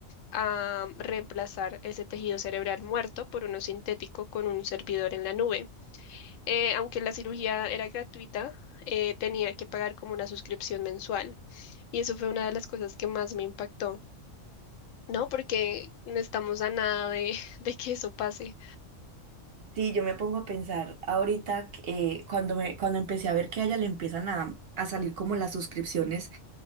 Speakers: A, on the left (about 85°); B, on the right (about 60°).
A: a reemplazar ese tejido cerebral muerto por uno sintético con un servidor en la nube eh, aunque la cirugía era gratuita, eh, tenía que pagar como una suscripción mensual. Y eso fue una de las cosas que más me impactó, ¿no? Porque no estamos a nada de, <laughs> de que eso pase.
B: Sí, yo me pongo a pensar ahorita que, eh, cuando me, cuando empecé a ver que a ella le empiezan a, a salir como las suscripciones